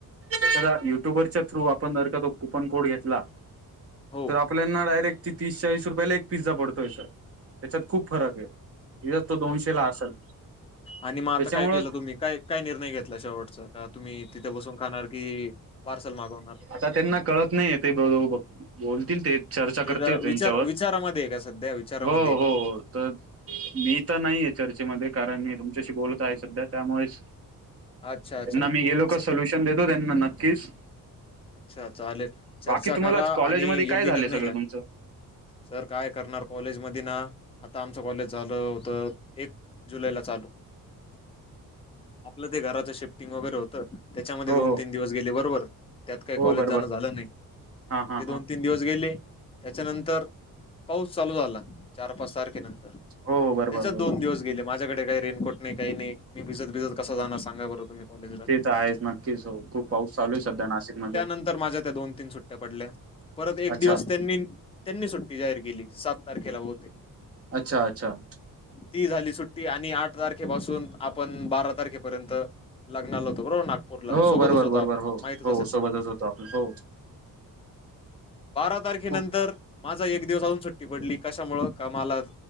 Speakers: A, on the right; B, on the left.
A: एखादा युट्युबरच्या थ्रू आपण जर का तो कूपन कोड घेतला
B: हो
A: तर आपल्याना डायरेक्ट तीस चाळीस रुपयाला एक पिझ्झा पडतोय सर त्याच्यात खूप फरक आहे त तो दोनशे ला असेल
B: आणि मग आता
A: त्याच्यामुळं
B: काय केलं तुम्ही काय काय निर्णय घेतला शेवटचा का तुम्ही तिथे बसून खाणार की पार्सल मागवणार
A: आता त्यांना कळत नाही ते बोलतील ते चर्चा
B: ते
A: करते
B: जरा
A: त्यांच्यावर
B: विचार विचारामध्ये आहे का सध्या विचारामध्ये
A: हो
B: आहे
A: हो
B: का
A: तर मी तर नाही आहे चर्चेमध्ये कारण मी तुमच्याशी बोलत आहे सध्या त्यामुळेच
B: अच्छा अच्छा
A: त्यांना मी गेलो का
B: च-
A: सोल्युशन देतो त्यांना नक्कीच
B: अच्छा चालेल
A: बाकी
B: चर्चा
A: तुम्हाला
B: करा
A: कॉलेजमध्ये
B: आणि योग्य
A: काय झाले
B: निर्णय
A: सगळं
B: घ्या
A: तुमचं
B: सर काय करणार कॉलेज मधे ना आता आमचं कॉलेज झालं होत एक जुलैला चालू आपलं ते घराच शिफ्टिंग वगैरे होत त्याच्यामध्ये
A: हो
B: दोन
A: हो
B: तीन दिवस गेले बरोबर त्यात काही
A: हो
B: कॉलेज
A: बरोबर
B: जाणं झालं नाही
A: हा हा
B: ते दोन
A: हा
B: तीन दिवस गेले त्याच्यानंतर पाऊस चालू झाला चार पाच तारखेनंतर
A: हो हो बरोबर
B: त्याच्यात
A: बरोबर
B: दोन दिवस गेले माझ्याकडे काही रेनकोट नाही काही नाही मी भिजत भिजत कस जाणार सांगा बरं तुम्ही कॉलेजला
A: ते तर आहेच नक्कीच खूप पाऊस चालू आहे सध्या नाशिकमध्ये
B: नंतर माझ्या त्या दोन तीन सुट्ट्या पडल्या परत एक
A: अच्छा
B: दिवस त्यांनी त्यांनी सुट्टी जाहीर केली सात तारखेला बहुतेक
A: अच्छा अच्छा!
B: ती झाली सुट्टी आणि आठ तारखे पाासून आपण बारा तारखेपर्यंत लग्नाला होतो बरोबर नागपूरला
A: हो
B: सोबतच
A: बरोबर
B: होतो
A: बरोबर
B: आपण
A: हो
B: माहिती जसे
A: हो सोबतच
B: तुम्हाला..
A: होतो आपण हो
B: बारा तारखेनंतर
A: खूप
B: माझा एक दिवस अजून सुट्ट ट्टी पडली कशामुळं का मला